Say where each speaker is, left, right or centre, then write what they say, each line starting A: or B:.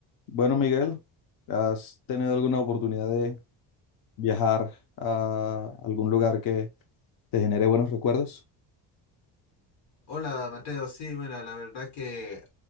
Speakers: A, on the left; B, on the left.
A: Bueno, Miguel, ¿has tenido alguna oportunidad de viajar a algún lugar que te genere buenos recuerdos?
B: Hola Mateo, sí, bueno, la verdad que